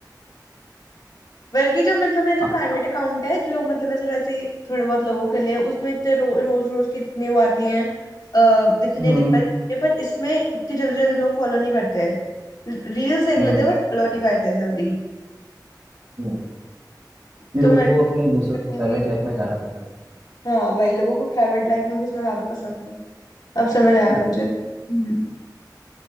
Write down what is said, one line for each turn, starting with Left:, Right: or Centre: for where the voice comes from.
Left: बल्कि जो मतलब मेरा जो
Right: हाँ,
Left: प्राइवेट अकाउंट है जो मतलब मैं सिर्फ ऐसे ही थोड़े बहुत लोगों के लिए उसमें इतने रो, रोज रोज की इतनी वो आती हैं अ, इतनी
Right: हम्म
Left: रिक्वेस्ट है पर इसमें इतनी जल्दी जल्दी लोग फॉलो नहीं करते हैं रील्स देख
Right: हम्म
Left: लेते हैं बस फॉलो नहीं करते हैं जल्दी
Right: हम्म लोगों
Left: तो मैं
Right: को
Left: भी
Right: अपनी दूसरों
Left: कहूंगी
Right: की प्राइवेट लाइफ में जाना पसंद है।
Left: हाँ वही लोगों को प्राइवेट लाइफ में घुसना ज्यादा पसंद है अब समझ आया
Right: हम्म
Left: मुझे हम्म